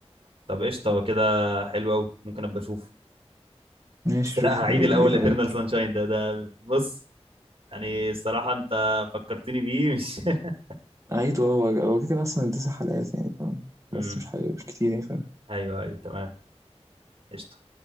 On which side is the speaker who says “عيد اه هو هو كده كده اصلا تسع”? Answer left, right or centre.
Right